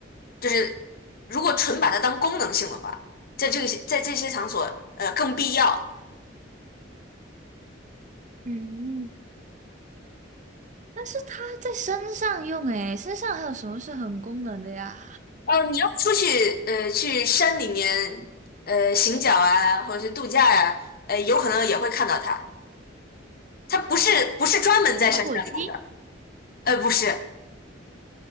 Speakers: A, on the left; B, on the right.
A: 就是如果纯把它当功能性的话，在这个在这些场所呃更必要。
B: 嗯，但是它在身上用诶，身上还有什么是很功能的呀？
A: 哦，你要出去呃去山里面呃行脚啊，或者是度假呀、呃有可能也会看到它。它不是不是专门在山上用的，
B: 咦，
A: 呃，不是。